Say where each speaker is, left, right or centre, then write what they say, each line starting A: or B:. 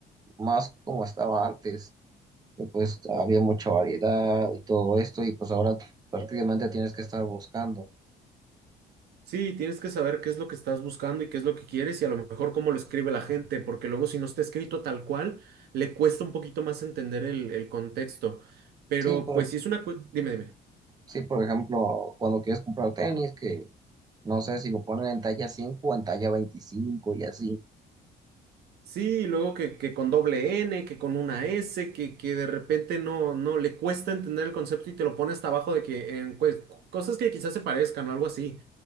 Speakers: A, on the right (about 25°); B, on the right (about 70°).
A: más como estaba antes, que pues había mucha variedad y todo esto, y pues ahora prácticamente tienes que estar buscando.
B: Sí, tienes que saber qué es lo que estás buscando y qué es lo que quieres y a lo mejor cómo lo escribe la gente, porque luego si no está escrito tal cual, le cuesta un poquito más entender el, el contexto. Pero
A: Sí, por,
B: pues si es una... cu- Dime, dime.
A: sí, por ejemplo, cuando quieres comprar tenis, que No sé si lo ponen en talla 5 o en talla veinticinco y así.
B: Sí, y luego que, que con doble N, que con una S, que, que de repente no, no le cuesta entender el concepto y te lo pone hasta abajo de que en cues- cosas que quizás se parezcan o algo así.